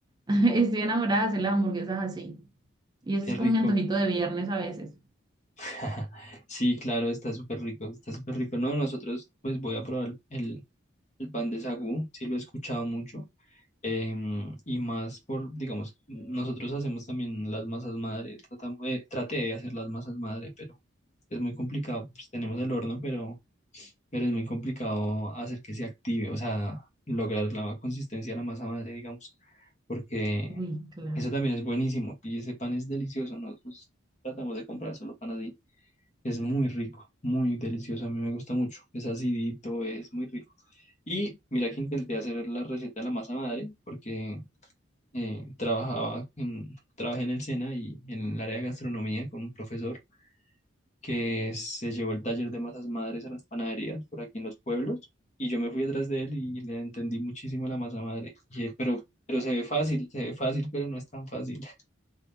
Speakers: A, on the right; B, on the left.
A: <laughs> estoy enamorada de hacer las hamburguesas así. Y eso
B: Qué
A: es
B: rico.
A: como mi antojito de viernes a veces.
B: <laughs> Sí, claro, está súper rico, está súper rico. No, nosotros, pues voy a probar el, el pan de sagú, sí lo he escuchado mucho. Em, y más por, digamos, nosotros hacemos también las masas madre, tratamos de- traté de hacer las masas madre, pero es muy complicado, pues tenemos el horno, pero, pero es muy complicado hacer que se active, o sea, lograr la consistencia de la masa madre, digamos, porque
A: Uy, claro.
B: Eso también es buenísimo. Y ese pan es delicioso. ¿no? Nosotros tratamos de comprar solo pan así. Es muy rico, muy delicioso. A mí me gusta mucho. Es acidito, es muy rico. Y mira que intenté hacer la receta de la masa madre porque eh, trabajaba en, trabajé en el SENA y en el área de gastronomía con un profesor que se llevó el taller de masas madres a las panaderías por aquí en los pueblos. Y yo me fui detrás de él y le entendí muchísimo la masa madre. Y, eh, pero, pero se ve fácil, se ve fácil, pero no es tan fácil. <laughs>